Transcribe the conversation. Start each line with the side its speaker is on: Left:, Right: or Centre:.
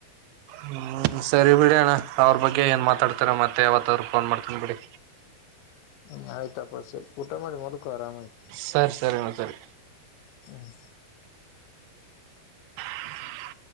Right: ಹ್ಮ್ ಸರಿ ಬಿಡಿ ಅಣ್ಣ ಅವ್ರ ಬಗ್ಗೆ ಏನ್ ಮಾತಾಡತೀರಾ ಮತ್ತೆ ಯಾವತ್ತ ಅವ್ರಿಗೆ ಫೋನ್ ಮಾಡ್ತೀನಿ ಬಿಡಿ.
Left: ಹ್ಮ್ ಆಯ್ತಾಪ್ಪಸೆ ಊಟ ಮಾಡಿ ಮಲ್ಕೋ ಆರಾಮಾಗಿ
Right: ಸರಿ ಸರಿ ಸರಿ ಮಾತಡಿ
Left: ಹ್ಮ
Right: ಹ್ಮ <inaudible>